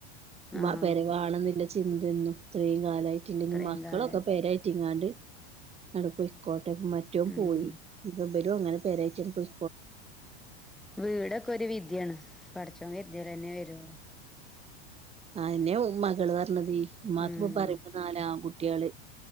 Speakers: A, in the centre; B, on the right.
A: ആഹ്
B: മ പെരവാണെന്നില്ല ചിന്തയന്നും ഇത്രയും കാലമായിട്ടില്ലെങ്കിൽ
A: ഇത്രയും
B: മക്കളൊക്കെ
A: കാലായിട്ട്
B: പെരായി റ്റങ്ങാണ്ട് ങ്ങട് പോയിക്കോട്ടെ മറ്റോ ൻ
A: ഉം
B: പോയി ഞ്ഞി ഇവരും അങ്ങനെ പെരാച്ച് പോയി
A: വീടൊക്കെ ഒരു വിധിയാണ് പടച്ചോൻ കര്ദ്യാലെന്നെ വരുള്ളൂ
B: ആന്നെ ഉ മ്മകള് പറഞ്ഞത് ഉമ്മാക്ക്
A: ഉം
B: ഇപ്പൊ പറയുമ്പം നാലാൺ കുട്ട്യാള്